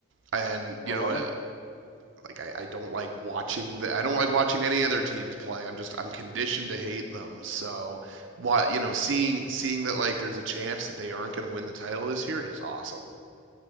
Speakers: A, on the right; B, on the left.
A: and you
B: Well,
A: know,
B: I'm gonna
A: like I, I don't like watching the I don't like watching any other teams play. I'm just I'm conditioned to hate them. So what you know, seeing seeing that like there's a chance that they aren't going to win the title this year is awesome.